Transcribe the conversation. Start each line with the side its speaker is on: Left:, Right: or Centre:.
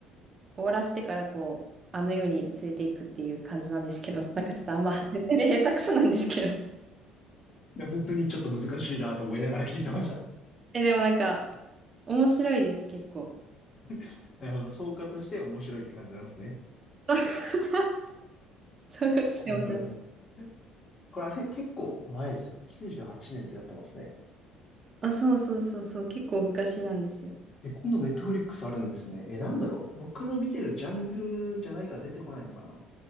Right: 終わらせてからこう、あの世に連れていくっていう感じなんですけど、<laughs> なんかちょっとあんま、説明下手くそなんですけど。<laughs>
Left: や、普通にちょっと難しいなと思いながら聞いてました。
Right: え、でもなんか、面白いです、結構。
Left: <laughs> なるほど。総括して面白いって感じなんですね。
Right: そう <laughs> そういうことして面白い。
Left: なるほど、なるほど。これ、あれ、結構前ですね。98年ってなってますね。
Right: あ、そうそうそうそう、結構昔なんですよ。
Left: え、今度ネットフリックスあるんですね。え、なんだろう。僕の見てるジャンルじゃないから出てこないのかな。